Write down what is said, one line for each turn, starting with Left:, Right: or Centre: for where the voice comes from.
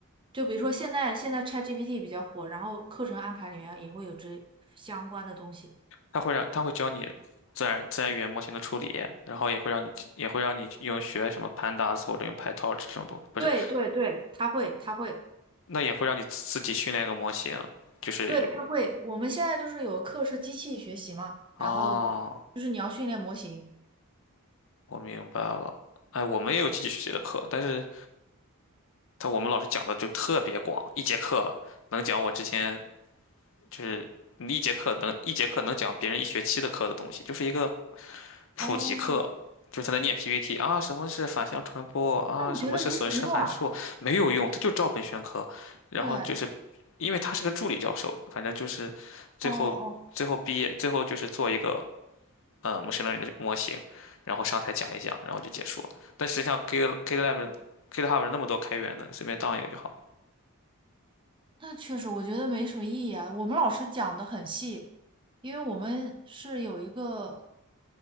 Right: 就比如说现在现在 ChatGPT 比较火，然后课程安排里面也会有这相关的东西。
Left: 他会让他会教你自然自然语言模型的处理，然后也会让你也会让你用学什么 Pandas 或者用 PyTorch 这种东西，不是，
Right: 对对对，他会他会，
Left: 那也会让你自己训练一个模型，就是
Right: 对他会。我们现在就是有课是机器学习嘛，
Left: 哦，
Right: 然后就是你要训练模型。
Left: 我明白了。哎，我们也有经济学习的课，但是他我们老师讲的就特别广，一节课能讲我之前就是一节课能一节课能讲别人一学期的课的东西，就是一个普及课，
Right: 哦，
Left: 就是他在念 PPT 啊，什么是反向传播啊，
Right: 那我觉得没什么用啊。
Left: 什么是损失函数，没有用，他就照本宣科。然后就是
Right: 对，哦
Left: 因为他是个助理教授，反正就是最后最后毕业最后就是做一个
Right: 哦哦，
Left: 呃模 a c h 的模型，然后上台讲一讲，然后就结束了。但实际上 Git GitLab GitHub 那么多开源的，你随便当一个就好。
Right: 那确实我觉得没什么意义啊。我们老师讲的很细，因为我们是有一个，